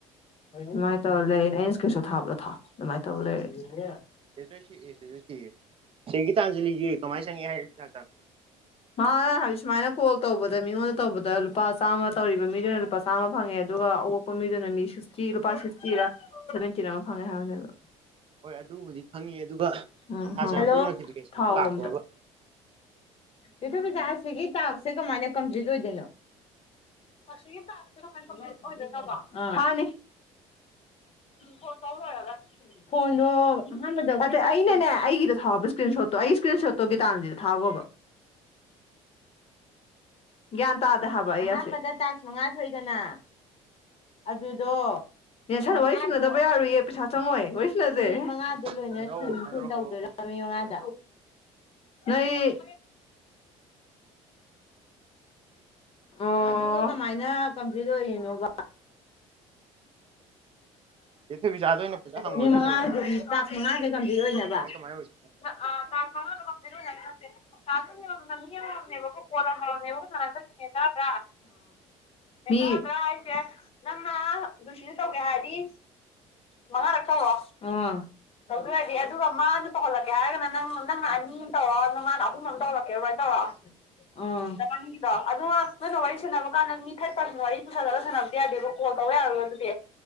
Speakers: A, on the left; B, on the right.
A: ꯑꯗꯨꯃꯥꯏꯅ ꯇꯧꯔ ꯂꯩꯔꯦꯅꯦ ꯑꯩꯅ ꯏꯀ꯭ꯔꯤꯟ ꯁꯣꯠ ꯊꯥꯕꯂꯣ ꯊꯥꯎ ꯑꯗꯨꯃꯥꯏꯅ ꯇꯧꯔ ꯂꯩꯔꯦ
B: ꯆꯦ ꯖꯣꯏꯁꯔꯤ ꯑꯦ ꯆꯦ ꯖꯣꯏꯁ꯭ꯔꯤꯌꯦ ꯆꯦ ꯒꯤꯇꯥꯟꯖꯂꯤꯒꯤ ꯀꯃꯥꯏꯅ ꯆꯪꯉꯛꯑꯦ ꯍꯥꯏꯅꯣ
A: ꯃꯥ ꯍꯥꯏꯗꯤ ꯁꯨꯃꯥꯏꯅ ꯀꯣꯜ ꯇꯧꯕꯗ ꯃꯤꯉꯣꯟꯗ ꯇꯧꯕꯗ ꯂꯨꯄꯥ ꯆꯥꯝꯃ ꯇꯧꯔꯤꯕ ꯃꯤꯗꯨꯅ ꯂꯨꯄꯥ ꯆꯥꯝꯃ ꯐꯪꯉꯦ ꯑꯗꯨꯒ ꯑꯑꯣꯛꯄ ꯃꯤꯗꯨꯅ ꯃꯤ ꯁꯤꯛꯁꯇꯤ ꯂꯨꯄꯥ ꯁꯤꯛꯁꯇꯤꯔꯥ ꯁꯦꯕꯦꯟꯇꯤꯔ ꯑꯃ ꯐꯪꯉꯦ ꯍꯥꯏꯕꯅꯦꯕ
B: ꯍꯣꯏ ꯑꯗꯨꯕꯨꯗꯤ ꯈꯪꯉꯤ ꯑꯗꯨꯒ
A: ꯎꯝ
B: ꯄꯩꯁꯥ ꯆꯪꯉꯛꯄꯒꯤ
A: ꯍꯜꯂꯣ
B: ꯅꯣꯇꯤꯐꯤꯀꯦꯁꯟꯒ
A: ꯊꯥꯎ
B: ꯂꯥꯛꯄ꯭ꯔꯥꯕ
A: ꯆꯦ ꯊꯣꯏꯕꯤꯆꯥ ꯑꯁꯤꯒꯤ ꯇꯥꯛꯁꯦ ꯀꯃꯥꯏꯅ ꯀꯝꯄ꯭ꯂꯤꯠ ꯑꯣꯏꯗꯣꯏꯅꯣ ꯑꯁꯤꯒꯤ ꯇꯥꯛꯁꯤ ꯀꯃꯥꯏꯅ ꯀꯝꯄ꯭ꯂꯤꯠ ꯑꯣꯏꯗꯣꯏꯅꯣꯕ ꯍꯥꯅꯤ ꯀꯣꯜ ꯇꯧ ꯂꯣꯏꯔꯒ ꯐꯣꯟꯗꯣ ꯑꯍꯥꯟꯕꯗ ꯑꯩꯅꯅꯦ ꯑꯩꯒꯤꯗ ꯊꯥꯎꯕ ꯏꯁꯀ꯭ꯔꯤꯟ ꯁꯣꯠꯇꯣ ꯑꯩ ꯏꯁꯀ꯭ꯔꯤꯟ ꯁꯣꯠꯇꯣ ꯒꯤꯇꯥꯟꯖꯂꯤꯗ ꯊꯥꯈꯣꯕ <inaudible> ꯒ꯭ꯌꯥꯟ ꯇꯥꯗꯦ ꯍꯥꯏꯕ ꯑꯩ ꯑꯁꯦ ꯑꯍꯥꯟꯕꯗ ꯇꯥꯛꯁ ꯃꯉꯥ ꯊꯣꯛꯏꯗꯅ ꯑꯗꯨꯗꯣ ꯅꯦꯟꯁꯟꯅ ꯋꯥꯔꯤ ꯁꯥꯟꯅꯗꯕ ꯌꯥꯔꯣꯏꯌꯦ ꯄꯩꯁꯥ ꯆꯪꯉꯣꯏ ꯃꯤ ꯃꯉꯥꯗꯣ ꯂꯣꯏꯅ
B: ꯁꯥꯟꯅꯔꯧ
A: ꯁꯤꯟ
B: ꯁꯥꯟꯅꯔꯧ
A: ꯁꯤꯟ ꯇꯧꯗꯣꯏꯔꯣ
B: ꯍꯧꯔꯛꯎ
A: ꯃꯤ ꯃꯉꯥꯗꯣ ꯅꯣꯏ ꯑꯣ
B: ꯋꯥꯔꯤ
A: ꯑꯗꯨꯒ
B: ꯍꯧꯖꯤꯛꯇꯣ
A: ꯀꯃꯥꯏꯅ ꯀꯝꯄ꯭ꯂꯤꯠ ꯑꯣꯏꯔꯤꯅꯣꯕ
B: ꯆꯦ ꯊꯣꯏꯕꯤꯆꯥꯗ ꯑꯣꯏꯅ ꯐꯖꯅ ꯍꯪꯉꯣ
A: ꯃꯤ
B: ꯑꯗꯨꯏ
A: ꯃꯉꯥꯁꯦ
B: ꯁꯔꯨꯛ
A: ꯇꯥꯛꯁ ꯃꯉꯥꯁꯦ ꯀꯝꯄ꯭ꯂꯤꯠ ꯑꯣꯏꯅꯕ
B: ꯀꯃꯥꯏ ꯀꯃꯥꯏ ꯑꯣꯏꯗꯣꯏꯅꯣ
A: ꯑꯥ ꯇꯥꯛꯁ ꯃꯉꯥꯗꯣ ꯀꯝꯄ꯭ꯂꯤꯠ ꯑꯣꯏꯅꯕ ꯅꯠꯇꯦ ꯇꯥꯛꯁ ꯑꯃꯝ ꯃꯝꯗ ꯃꯤ ꯑꯃꯝ ꯃꯝꯅꯦꯕꯀꯣ ꯀꯣꯜ ꯑꯃꯝ ꯃꯝꯅꯦꯕꯀꯣ ꯁꯥꯟꯅꯗꯣꯏꯁꯦ ꯃꯤꯅꯤꯠ ꯇꯔꯥ ꯇꯔꯥ ꯃꯤ ꯃꯤꯅꯤꯠ ꯇꯔꯥ ꯇꯔꯥ ꯍꯥꯏꯁꯦ ꯅꯪꯅ ꯂꯨꯁꯤꯗ ꯇꯧꯒꯦ ꯍꯥꯏꯔꯗꯤ ꯃꯥꯉꯥꯔꯛ ꯇꯧꯔꯣ ꯑ ꯇꯧꯗꯣꯏ ꯑꯣꯏꯗꯤ ꯑꯗꯨꯒ ꯃꯥꯅ ꯇꯧꯍꯜꯂꯛꯀꯦ ꯍꯥꯏꯔꯒꯅ ꯅꯪ ꯅꯪꯅ ꯑꯅꯤ ꯇꯧꯔꯣ ꯃꯥꯅ ꯑꯍꯨꯝ ꯑꯃ ꯇꯧꯍꯜꯂꯛꯀꯦꯕ ꯇꯧꯔꯣ ꯎꯝ ꯅꯕꯥꯅꯤꯒꯤꯗꯣ ꯑꯗꯨꯒ ꯅꯣꯏꯅ ꯋꯥꯔꯤ ꯁꯥꯟꯅꯕ ꯀꯥꯟꯗ ꯃꯤ ꯊꯔꯗ ꯄꯥꯔꯁꯟ ꯋꯥꯔꯤ ꯄꯨꯁꯜꯂꯒ ꯁꯥꯟꯅꯕ ꯌꯥꯗꯦꯀꯣ ꯀꯣꯜ ꯇꯧ ꯌꯥꯔꯔꯣꯏꯀꯣ ꯑꯗꯨꯗꯤ